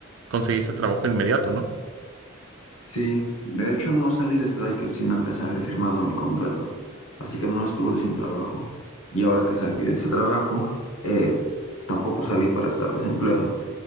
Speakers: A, on the right (about 65°); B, on the left (about 85°).
A: conseguiste trabajo inmediato, ¿no?
B: sí. De hecho, no salí de Striker sin antes haber firmado mi contrato. Así que no estuve sin trabajo. Y ahora que salí de ese trabajo, eh, tampoco salí para estar desempleado.